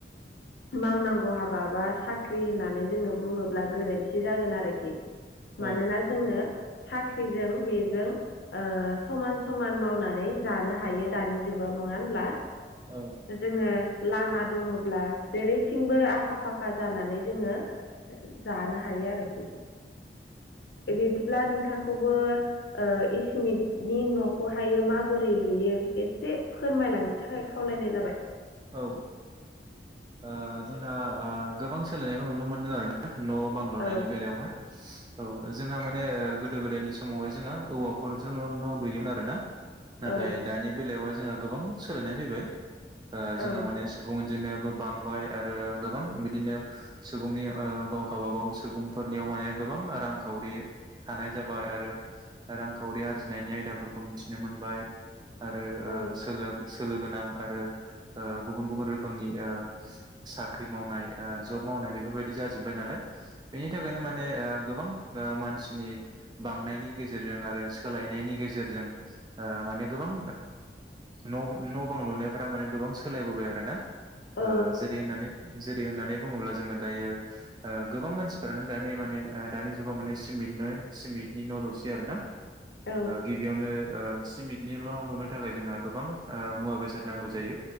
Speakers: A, on the left; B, on the right.
A: मावनांगौ हाबा बा साख्रि होननानै जोङो बुङोब्ला गोरो न्थि जागोन आरोखि
B: औ
A: मानोना जोंनो साख्रिजों बेजों समान समान मावनानै जानो हायो दानि जुगाव नङा होमब्ला?
B: ओ
A: जोङो लामा दङब्ला जेरैथिंबो आखा फाखा जानानै जोङो जानो हायो आरोखि। बिदिब्ला नों थांखौबो इसिमिटनि न'खौहायो माबोरै लुयो एसे फोरमायलांनो थाखाय खावलायनाय जाबाय।
B: औ औ जोंहा गोबां सोलायनायखौ नुनो मोनदों आरोना। न' बां लुनायनि
A: औ
B: बेलायावहाय। औ जोंहा माने गोदो गोदायनि समावहाय जोंहा औवाफोरजों न' न' लुयोमोन आरोना। नाथाय
A: औ
B: दानि बेलायावहाय जोंहा गोबां सोलायनाय फैबाय जोंहा
A: औ
B: माने सुबुं अनजिमाया बो बांबाय आरो गोबां बिदिनो सुबुंनि गाव गावबा गाव सुबुंफोरनियाव माने गोबां रांखावरि थानाय जाबाय आरो रांखावरि आरजिनायनि आयदाफोरखौ मिथिनो मोनबाय आरो
A: औ
B: सोलो सोलो गोनां आरो गुबुन गुबुन रोखोमनि साख्रि मावनाय जब मावनाय बेफोरबायदि जाजोब्बाय। नालाय बेनि थाखायनो माने गोबां मानसिनि बांनायनि गेजेरजों आरो सोलायनायनि गेजेरजों माने गोबां न' बां लुनाय फोरा माने गोबां सोलायबोबाय आरो ना
A: औ
B: जेरै होननानै जेरै होननानै बुङोब्ला जोङो दायो गोबां मानसिफोरानो दानि माने दानि जुगाव माने सिमिट नो सिमिटनि न' लुसै आरोना।
A: औ
B: गिबियावनो सिमिटनि न' लुनो थाखाय जोंहा गोबां मुवा बेसाद नांगौ जायो